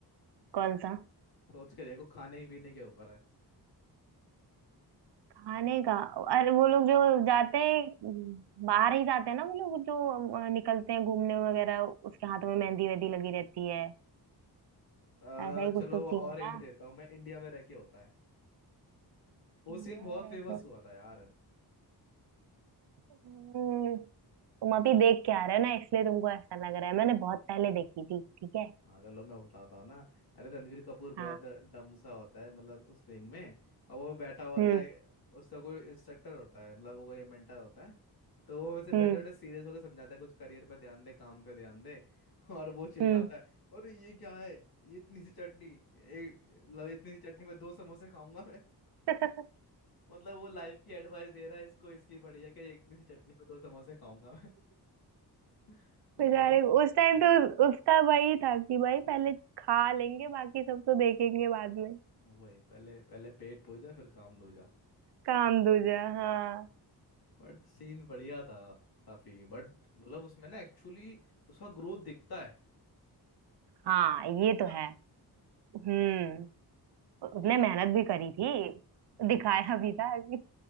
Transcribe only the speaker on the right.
कौन सा
खाने का अरे वो लोग जो जाते हैं हम्म, बाहर ही जाते हैं ना वो लोग जो अ, निकलते हैं घूमने वगैरह उसके हाथों में मेहंदी वेहंदी लगी रहती है
ऐसा ही कुछ
तो सीन
था
इंडिया
में
हम्म, तुम अभी देख के आ रहे हो ना इसलिए तुमको ऐसा लग रहा है मैंने बहुत पहले देखी थी ठीक है
हाँ
हम्म
हम्म
हम्म
<laughs>
बेचारे उस टाइम पे उस, उसका वही था कि भाई पहले खा लेंगे बाकी सब तो देखेंगे बाद में
काम दूजा हाँ
हाँ ये
तो है हम्म उसने
मेहनत भी करी थी
दिखाया भी था कि